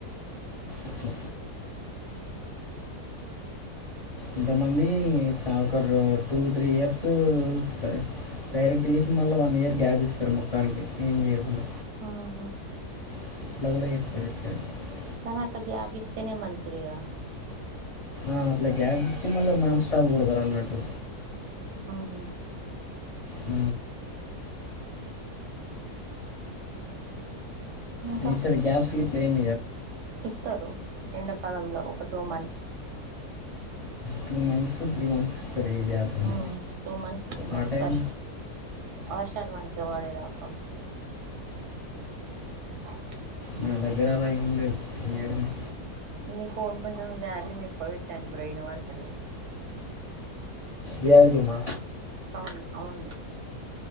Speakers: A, on the left (about 30°); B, on the right (about 85°).
A: ఓకే ఎంత మంది కాకరు టూ త్రీ ఇయర్స్ ఇస్తారు డైరెక్ట్ చేసి మళ్ళ వన్ ఇయర్ గ్యాప్ ఇస్తారు మొత్తానికె, <unintelligible>
B: ఆహా
A: <unintelligible>
B: తరువాత గ్యాప్ ఇస్తేనే మంచిది కదా
A: ఆ అట్లా గ్యాప్ ఇచ్చి మళ్ళీ నాన్ స్టాప్ కోడతారు అన్నట్టు,
B: ఉ
A: ఊ
B: ఇంకా
A: మిస్డ్ గ్యాప్స్ గిట్ల ఎం
B: ఇస్తారు ఎండకాలంలో ఒక two months
A: two months three months ఇస్తారు ఏ గ్యాప్ అని
B: ఉ టూ మంత్స్ త్రీ మంత్స్
A: ఆ టైం
B: పర్శ వర్షాలు మంచిగా పడేదాకా <unintelligible>
A: నా దగ్గర అవేమి లేవు క్లియర్ ఉంది.
B: మీ ఫోన్ కొంచెం వాల్యూమ్ ఎక్కువ పెటండి బ్రో వినపడతలే,
A: వ్యాల్యూమా
B: సౌండ్ సౌండ్